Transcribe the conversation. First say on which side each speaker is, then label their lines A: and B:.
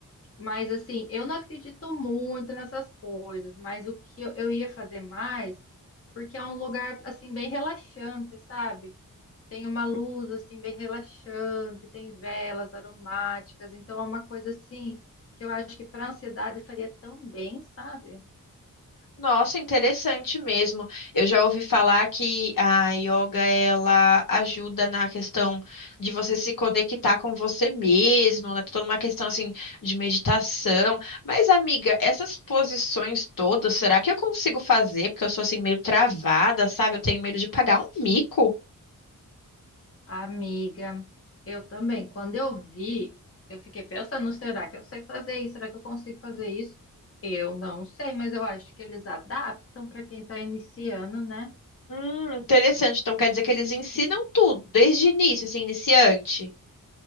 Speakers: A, on the left; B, on the left.
A: Mas assim, eu não acredito muito nessas coisas, mas o que eu, eu ia fazer mais, porque é um lugar assim bem relaxante, sabe? Tem uma luz assim bem relaxante, tem velas aromáticas, então é uma coisa assim que eu acho que para ansiedade faria tão bem, sabe?
B: Nossa, interessante mesmo. Eu já ouvi falar que a yoga ela ajuda na questão de você se conectar com você mesmo, né? Toda uma questão assim de meditação. Mas, amiga, essas posições todas, será que eu consigo fazer? Porque eu sou assim meio travada, sabe? Eu tenho medo de pagar um mico.
A: Amiga, eu também. Quando eu vi, eu fiquei pensando, será que eu sei fazer isso? Será que eu consigo fazer isso? Eu não sei, mas eu acho que eles adaptam para quem está iniciando, né?
B: Hum, interessante. Então quer dizer que eles ensinam tudo desde início, assim, iniciante.